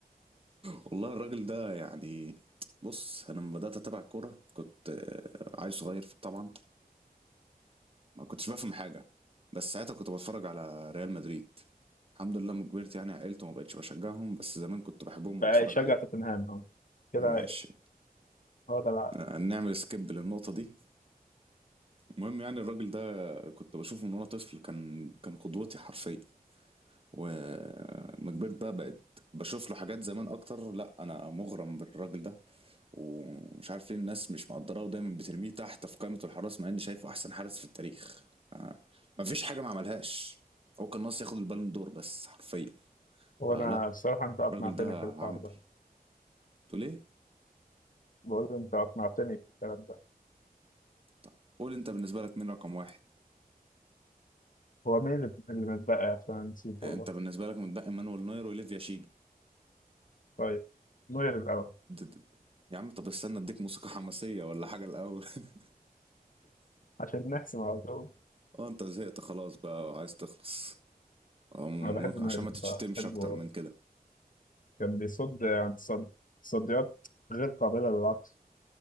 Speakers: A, on the right (about 35°); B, on the left (about 60°).
A: والله الراجل ده يعني بص أنا لما بدأت أتابع الكورة كنت آه، عيل صغير طبعا ما كنتش بفهم حاجة بس ساعتها كنت بتفرج على ريال مدريد الحمد لله لما كبرت يعني عقلت وما بقتش بشجعهم بس زمان كنت بحبهم
B: بقى
A: وبتفرج
B: يشجع
A: عليهم
B: توتنهام اهو كده
A: ماشي
B: هو ده الع-
A: آه، نعمل سكيب للنقطة دي المهم يعني الراجل ده كنت بشوفه من وانا طفل كان كان قدوتي حرفيا وما كبرت بقى بقيت بشوف له حاجات زمان اكتر لا انا مغرم بالراجل ده ومش عارف ليه الناس مش مقدراه ودايما بترميه تحت في قائمة الحراس مع اني شايفه احسن حارس في التاريخ آه. مفيش حاجة ما عملهاش هو كان ناقص ياخد البالون دور بس حرفيا
B: هو
A: فلا
B: انا بصراحة انت اقنعتني
A: الراجل ده
B: في
A: عمبي
B: الحوار ده
A: تقول ايه؟
B: بقول انت اقنعتني في الكلام ده
A: طب قول انت بالنسبة لك مين رقم واحد؟
B: هو مين اللي اللي متبقى عشان نسيت
A: آه،
B: والله
A: انت بالنسبة لك متبقي مانويل نوير وليفيا شين
B: طيب نوير الأول
A: د- د- يا عم طب استنى اديك موسيقى حماسية ولا حاجة الأول <laughs>
B: عشان نحسم على الأول
A: اه انت زهقت خلاص بقى وعايز تخلص أم
B: أنا بحب
A: ونق-
B: نوير
A: عشان ما تتشتمش
B: بصراحة بحبه
A: أكتر من كده
B: كان بيصد عن تصد- تصديات غير قابلة للعكس